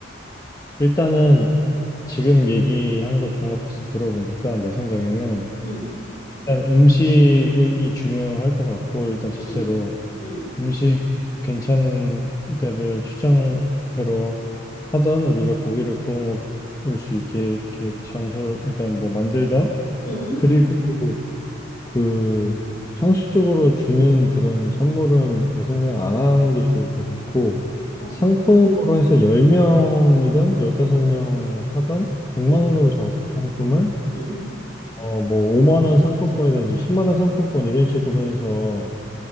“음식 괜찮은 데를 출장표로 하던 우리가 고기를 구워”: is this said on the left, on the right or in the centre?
Left